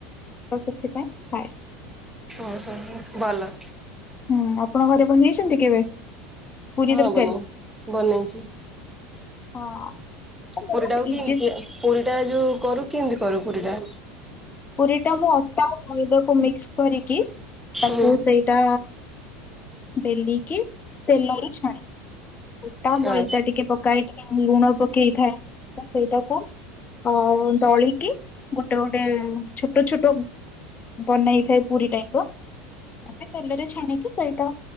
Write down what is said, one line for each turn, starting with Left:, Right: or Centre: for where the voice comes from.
Left: ତ ସେଥିପାଇଁ ଖାଏ।
Centre: ଓହୋ, ହୋ ଭଲ।
Left: ହୁଁ ଆପଣ ଘରେ ପନେଇଛନ୍ତି କେବେ? ପୁରୀ
Centre: ହଁ
Left: ତରକାରୀ
Centre: ବନେଇ, ବନେଇଛି।
Left: ହଁ ତ ବହୁତ
Centre: ପୁରୀଟାକୁ
Left: ଇଜି
Centre: କେମିତି ପୁରୀ ଟା ଯୋଉ କରୁ କେମିତି କରୁ ପୁରୀଟା?
Left: ପୁରୀ ଟା ମୁଁ ଅଟା ଆଉ ମଇଦାକୁ ମିକ୍ସ କରିକି ତାକୁ
Centre: ହୁଁ।
Left: ସେଇ ଟା ବେଲିକି ତେଲରେ ଛାଣେ। ଗୋଟା ମଇଦା
Centre: ଆ
Left: ଟିକେ ପକାଇ ଟିକେ ଲୁଣ ପକେଇଥାଏ, ସେଇଟାକୁ ଅ ଦଳିକି ଗୋଟେ ଗୋଟେ, ଛୋଟ ଛୋଟ, ବନେଇ ଥାଏ ପୁରୀ ଟାଇପର। ଆମେ ତେଲରେ ଛାଣିକି ସେଇଟା